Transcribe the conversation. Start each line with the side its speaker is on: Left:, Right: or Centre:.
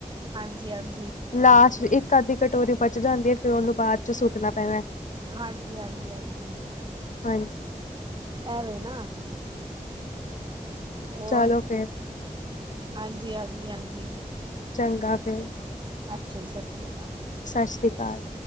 Right: ਹਾਂਜੀ ਹਾਂਜੀ
Left: ਲਾਸਟ ਇੱਕ ਅੱਧੀ ਕਟੋਰੀ ਬਚ ਜਾਂਦੀ ਐ, ਫ਼ਿਰ ਉਹਨੂੰ ਬਾਅਦ ਚ ਸੁੱਟਣਾ ਪੈਣਾ।
Right: ਹਾਂਜੀ ਹਾਂਜੀ ਹਾਂਜੀ।
Left: ਹਾਂਜੀ।
Right: ਐਵੇ ਨਾ। ਹੋਰ,
Left: ਚਲੋ ਫਿਰ
Right: ਹਾਂਜੀ ਹਾਂਜੀ ਹਾਂਜੀ।
Left: ਚੰਗਾ ਫੇਰ
Right: ਅੱਛਾ ਜੀ, ਸਤਿ ਸ੍ਰੀ ਅਕਾਲ।
Left: ਸਤਿ ਸ਼੍ਰੀ ਅਕਾਲ।